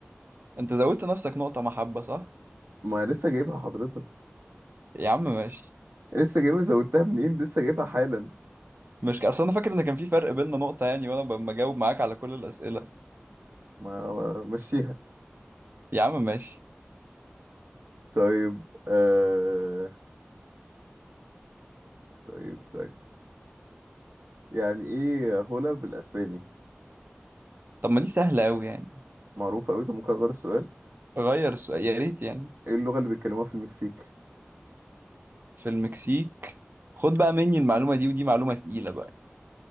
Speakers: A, on the right; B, on the right.
A: انت زودت نفسك نقطة محبة صح
B: ما لسه جايبها حضرتك
A: يا عم ماشي
B: لسه جايبها زودتها منين لسه جايبها حالا
A: مش ك- اصل انا فاكر ان كان في فرق بيننا نقطة يعني وانا ب- بجاوب معاك على كل الأسئلة
B: ما ما- مشيها
A: يا عم ماشي
B: طيب أه طيب طيب يعني ايه هولا بالاسباني
A: طب ما دي سهلة قوي يعني
B: معروفة قوي طب ممكن اغير السؤال
A: غير السؤال يا ريت يعني
B: ايه اللغة اللي بيتكلموها في المكسيك
A: في المكسيك خد بقى مني المعلومة دي ودي معلومة تقيلة بقى